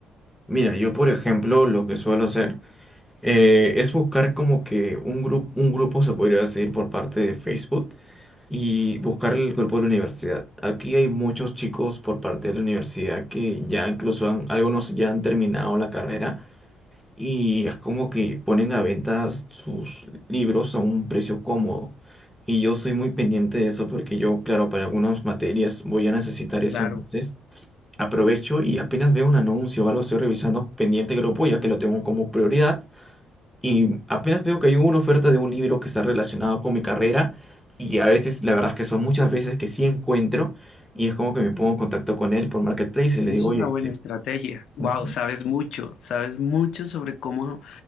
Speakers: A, in the centre; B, on the left (about 65°).
A: Mira, yo por ejemplo lo que suelo hacer eh, es buscar como que un grupo, un grupo se podría decir por parte de Facebook y buscar el grupo de la universidad. Aquí hay muchos chicos por parte de la universidad que ya incluso han, algunos ya han terminado la carrera y es como que ponen a venta sus libros a un precio cómodo. Y yo soy muy pendiente de eso porque yo, claro, para algunas materias voy a necesitar eso,
B: Claro.
A: entonces aprovecho y apenas veo un anuncio o algo estoy revisando pendiente grupo ya que lo tengo como prioridad y apenas veo que hay una oferta de un libro que está relacionado con mi carrera y a veces, la verdad es que son muchas veces que sí encuentro y es como que me pongo en contacto con él por Marketplace y le
B: Esa
A: digo,
B: es
A: oye,
B: una buena
A: le-
B: estrategia.
A: <laughs>
B: Wow,
A: Ujú.
B: sabes mucho, sabes mucho sobre cómo